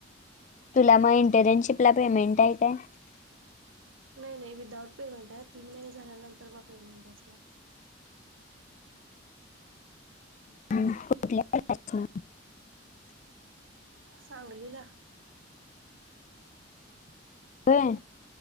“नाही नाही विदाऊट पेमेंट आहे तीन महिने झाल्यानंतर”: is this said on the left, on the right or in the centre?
Right